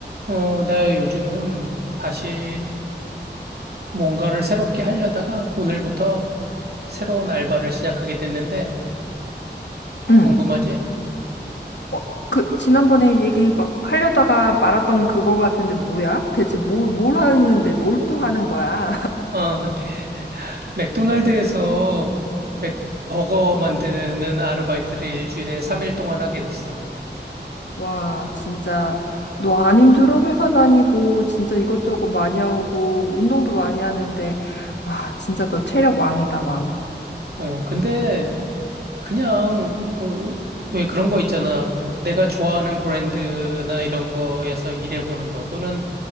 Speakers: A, on the right; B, on the left.
A: 어, 나 요즘 다시 뭔가를 새롭게 하려다가 오늘부터 새로운 알바를 시작하게 됐는데,
B: 응.
A: 궁금하지?
B: 어, 그, 지난번에 얘기 막 하려다가 말았던 그거 같은데 뭐야? 대체 뭘, 뭘 하는데 뭘 또 하는 거야? <laughs>
A: 어, 맥도날드에서 맥, 버거 만드는 아르바이트를 일주일에 3일 동안 하게 됐어.
B: 와, 진짜, 너 안 힘들어? 회사 다니고, 진짜 이것저것 많이 하고, 운동도 많이 하는데, 와, 진짜 너 체력 왕이다, 왕.
A: 어, 근데 그냥 그, 왜 그런 거 있잖아. 내가 좋아하는 브랜드나 이런 거에서 일해보는 거 또는